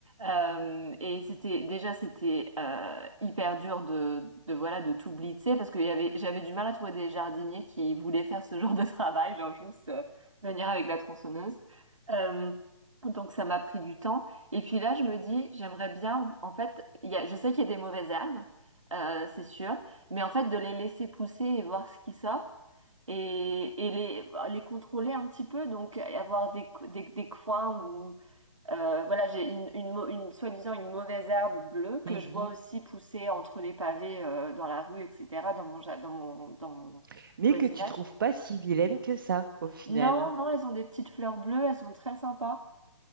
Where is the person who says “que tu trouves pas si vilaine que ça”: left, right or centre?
Right